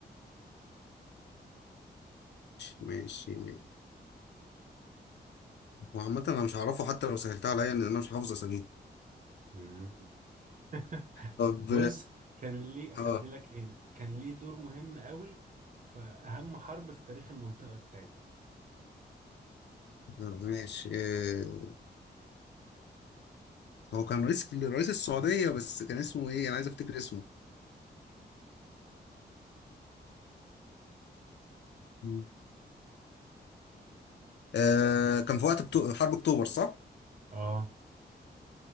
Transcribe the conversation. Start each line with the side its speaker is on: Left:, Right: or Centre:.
Left: ماشي ماشي هو عامة أنا مش هعرفه حتى لو سهلتها عليا لأن أنا مش حافظ أساميه
Right: مم. <laughs>
Left: طب
Right: بص كان ليه هديلك
Left: آه
Right: هند كان ليه دور مهم قوي في أهم حرب في تاريخ المنطقة بتاعتنا
Left: آه، ماشي آه هو كان رئيس رئيس السعودية بس كان اسمه إيه أنا عايز أفتكر اسمه مم. آه كان في وقت أكتو- حرب أكتوبر صح؟
Right: اه